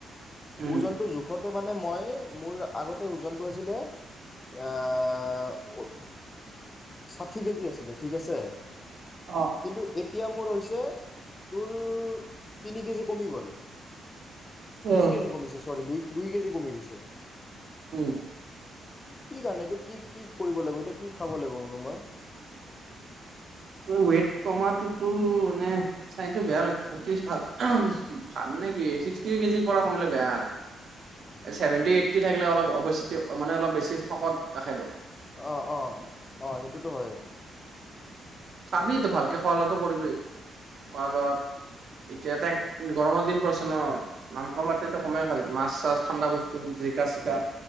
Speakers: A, on the right (about 60°); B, on the left (about 25°).
A: উম
B: ওজনটো জোখত তে মানে মই, মোৰ আগতে ওজনটো আছিলে, এইয়া ষাঠি কেজি আছিলে ঠিক আছে।
A: অ
B: কিন্তু এতিয়া এতিয়া মোৰ হৈছে তোৰ তিনি কেজি কমি গ'ল।
A: অ
B: দুই কেজি কমিছে। চৰ্বি, দুই দুই কেজি কমি গৈছে।
A: উম
B: কি কাৰণে, এইটো কি? কি কৰিব লাগিব, এতিয়া কি খাব লাগিব?
A: মোৰ ৱেত কমাতো ত' চাইনতো বেয়া লক্ষ্য। <unintelligible> কি চিক্সটি কেজিৰ পৰা কমিলে বেয়া আৰু ছেভেনটি এইট্টি থাকিলে অলপ বেছি, মানে অলপ বেছি শকত দেখ
B: অ' অ' অ' সেইটোতো হয়।
A: খাবি তো ভালকে খোৱা-লোৱাটো কৰিবি। খোৱা-লোৱা এতিয়াতো গৰমৰ দিন পৰিছে ন, মাংস মাত্ৰাতো কমেই খাবি। মাছ-চাছ, ঠাণ্ডা বস্তু, জিকা চ বা!